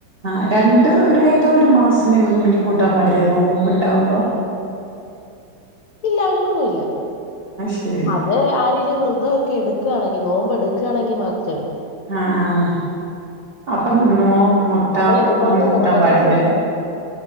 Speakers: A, on the right; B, on the left.
A: ആ രണ്ട് ഏതോരു മാസം നിങ്ങക്ക് മീൻ കൂട്ടാൻ പാടില്ലേ നോമ്പ് ഇണ്ടാവുമ്പോ
B: ഇല്ല അങ്ങനൊന്നുല്ല
A: ശരി
B: അത് ആരില് വൃ <unintelligible> ഒക്കെ എടുക്കാണെങ്കി നോമ്പ്ഡ്ക്കാണെങ്കി മാത്രേ ള്ളൂ
A: ആആഹ് അപ്പം നോ മുട്ട
B: നമ്മള് എടുക്കണോന്ന്
A: ഒന്നും കൂട്ടാൻ
B: നിർബന്ധമൊന്നുല്ല
A: പാടില്ലല്ലേ